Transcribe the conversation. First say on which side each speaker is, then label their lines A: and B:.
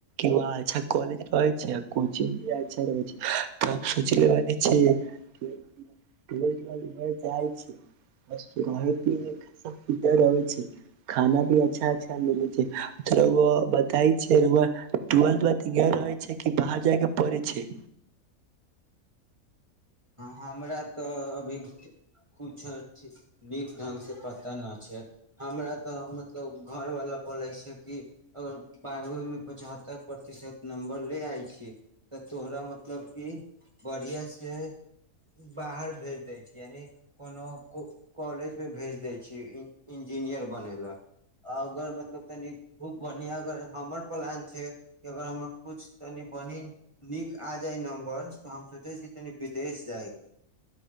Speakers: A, on the right (about 80°); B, on the right (about 20°).
A: अच्छा कॉलेज रहै छै आ अच्छा कोचिंग भी रहै छै त सोचने बानी छी। हम टुवेल्थ लऽ जाय छी बस रहधर रहै छै खाना भी अच्छा अच्छा मिलै छै रउआ बताय छै र‌उआ टूवेल्थ भरि रहै छै कि बाहर जाय पड़ै छै
B: हमरा तऽ अभी किछो नीक ढङ्गसँ पता न छै हमरा तऽ मतलब घरवला बोलै छै कि अगर बारहवीमे पचहत्तरि प्रतिशत नम्बर ले आइ छि तऽ तोरा मतलब कि बढ़िआसँ बाहर भेज दै छी यानि कोनो कॉलेजमे भेज दै छी इंजीनियर बनै ल अगर मतलब तनि खूब बढ़िआँ अगर हमर प्लान छै कि अगर हमर कुछ तनि बढ़ नीक आ जाइ नम्बर तऽ हम सोचैय छी तनी बिदेश जाय के